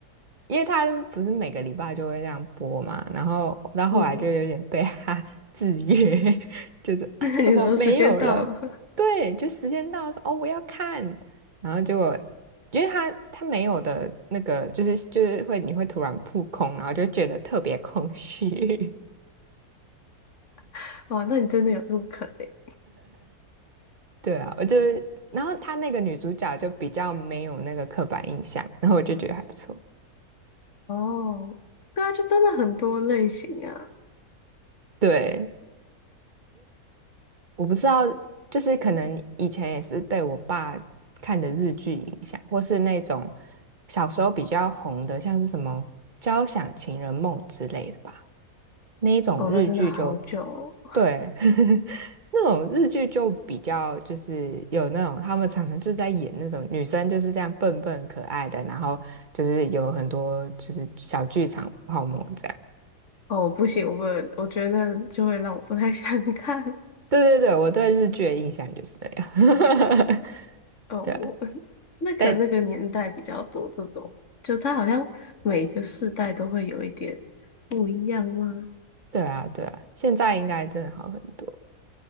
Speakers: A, on the right; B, on the left.
A: 因为他不是每个礼拜就会这样播嘛，然后到后来就有点被他
B: 嗯，
A: <laughs> 制约，<laughs> 就是啊，
B: <laughs> 那你说时间到了，
A: 怎么没有了？对，就时间到说哦，我要看，然后结果因为他他没有的那个，就是就是会你会突然扑空，然后就觉得特别空虚。
B: <laughs> 哇，那你真的有入坑诶。
A: 对啊，我就，然后她那个女主角就比较没有那个刻板印象，然后我就觉得还不错。
B: 哦，对啊，就真的很多类型啊。
A: 对，我不知道，就是可能以前也是被我爸看的日剧影响，或是那种小时候比较红的，像是什么《交响情人梦》之类的吧，那一种日剧就
B: 哦，那真的好久哦，
A: 对，<laughs> 那种日剧就比较就是有那种他们常常就是在演那种女生就是这样笨笨可爱的，然后就是有很多就是小剧场泡沫这样。
B: 哦，不行，我我觉得就会让我不太想 <laughs> 看
A: 对对对，我对日剧的印象就是那样。
B: 哦，
A: <laughs> 对啊，
B: 我那可能那个年代比较多这种，
A: 但
B: 就它好像每个世代都会有一点不一样吗？
A: 对啊对啊，现在应该真的好很多。